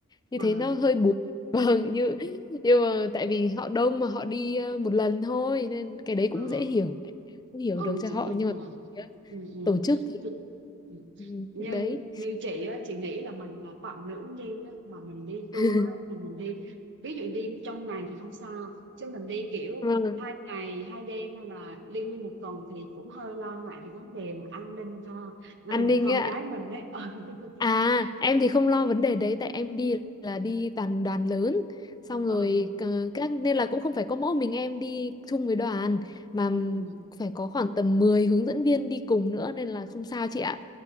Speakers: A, on the left (about 20°); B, on the right (about 55°).
A: như
B: ờ,
A: thế nó hơi buồn <laughs> vâng như nhưng mà tại vì họ đông mà họ đi ờ, một lần thôi nên cái đấy cũng
B: ờ,
A: dễ hiểu cũng hiểu
B: ừ,
A: được cho
B: chị
A: họ
B: biết
A: nhưng
B: rồi.
A: mà phía
B: Ừ, ừ.
A: tổ chức thì
B: Chị, ừ.
A: ừ,
B: như
A: đấy
B: như chị á, chị nghĩ là mình là phận nữ đi á, mà mình đi tour
A: <laughs>
B: á, mà mình đi ví dụ đi trong ngày thì không sao, chứ mình đi kiểu
A: vâng
B: hai ngày hai đêm hay là đi nguyên một tuần thì cũng hơi lo ngại về vấn đề mà an ninh cho mình,
A: an ninh
B: con
A: ấy ạ
B: gái mình ấy. <laughs>
A: À, em
B: Ừ,
A: thì không lo vấn đề đấy tại em đi là đi toàn đoàn lớn. Xong
B: ừ,
A: rồi ờ, các nên là cũng không phải có mỗi mình em đi chung với đoàn mà
B: ừ,
A: phải có khoảng tầm 10 hướng dẫn viên đi cùng nữa nên là không sao chị ạ.